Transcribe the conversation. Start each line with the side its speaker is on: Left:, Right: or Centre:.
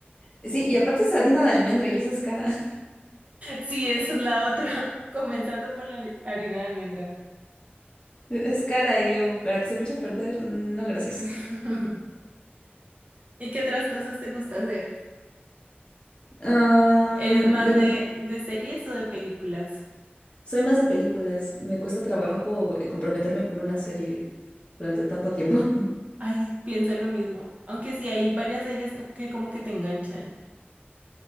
Left: sí, y aparte es harina de almendra y esa es cara. <laughs>
Right: Sí, esa es la otra, <laughs> comenzando por la harina de almendras.
Left: Es cara y yo, para que se me eche a perder, no, gracias.
Right: <laughs> ¿Y qué otras cosas te gusta hacer?
Left: Am,
Right: ¿Eres más
Left: bueno,
Right: de, de series o de películas?
Left: soy más de películas. Me cuesta trabajo eh, comprometerme con una serie durante tanto tiempo. <laughs>
Right: Ay, pienso lo mismo. Aunque sí hay varias series co- que, como que te enganchan.